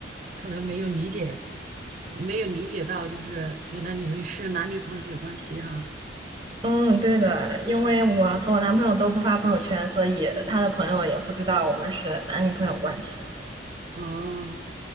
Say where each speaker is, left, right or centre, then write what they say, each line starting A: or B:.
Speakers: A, on the right; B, on the right.
A: 可能没有理解，没有理解到，就是原来你们是男女朋友关系哈。
B: 嗯，对的，因为我和我男朋友都不发朋友圈，所以他的朋友也不知道我们是男女朋友关系。
A: 哦，